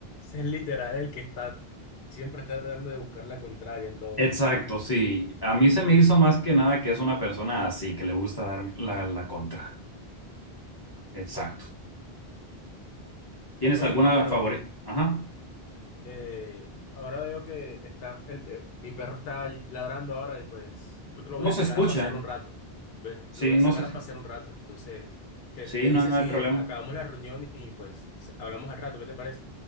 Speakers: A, on the left; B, on the left.
A: es literal el que está, siempre está tratando de buscar la contraria en todo.
B: Exacto, sí. A mí se me hizo más que nada que es una persona así, que le gusta dar la, la contra. Exacto. ¿Tienes
A: Oye,
B: alguna
A: pero
B: favorita? Ajá.
A: eh, ahora veo que está, el, de- mi perro está ladrando ahora y pues creo que lo
B: No
A: voy a
B: se
A: sacar
B: escucha.
A: a pasear un rato. Ve,
B: Sí,
A: Lo voy a
B: no
A: sacar
B: se.
A: a pasear un rato. Entonces, ¿qué
B: Sí,
A: te
B: no,
A: dices
B: no
A: si
B: hay problema.
A: acabamos la reunión y pues hablamos al rato? ¿Qué te parece?